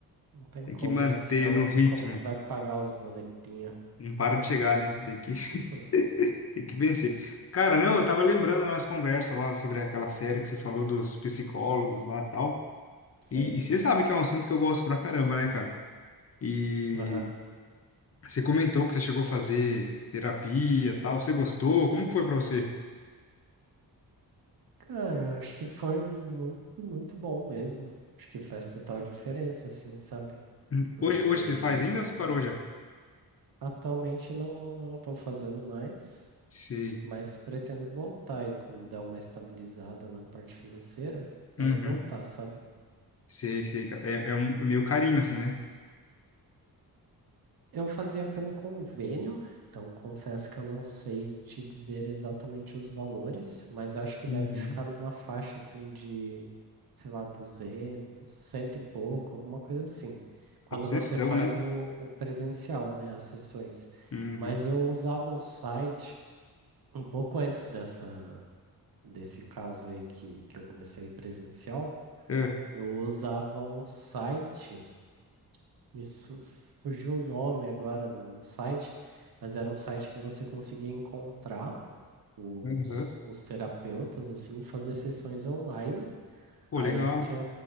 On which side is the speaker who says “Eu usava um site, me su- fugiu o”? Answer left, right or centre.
Right